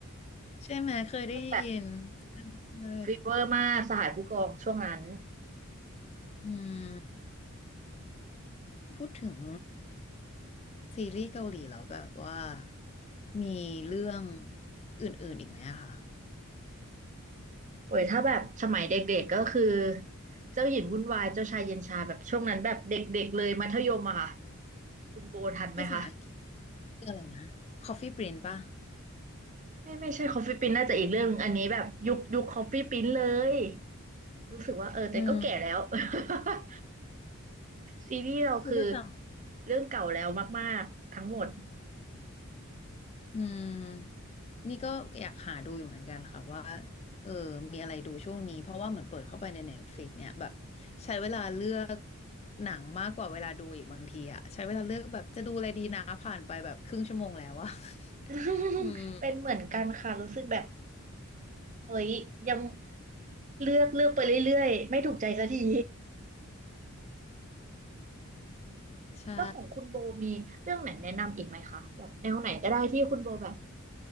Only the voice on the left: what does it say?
ใช่ไหมเคยได้ยินใช่ใช่
อืมพูดถึงซีรีส์เกาหลีแล้วแบบว่ามีเรื่องอื่นๆอีกไหมอะคะ
ภาษาอังกฤษเรื่องอะไรนะ Coffee Prince ป่ะ
อืม
กูก็จ
อืมนี่ก็อยากหาดูอยู่เหมือนกันค่ะว่าเออมีอะไรดูช่วงนี้เพราะว่าเหมือนเปิดเข้าไปใน Netflix เนี่ยแบบใช้เวลาเลือกหนังมากกว่าเวลาดูอีกบางทีอะใช้เวลาเลือกแบบจะดูอะไรดีนะผ่านไปแบบครึ่งชั่วโมงแล้วอะ <laughs>
อืม
ใช่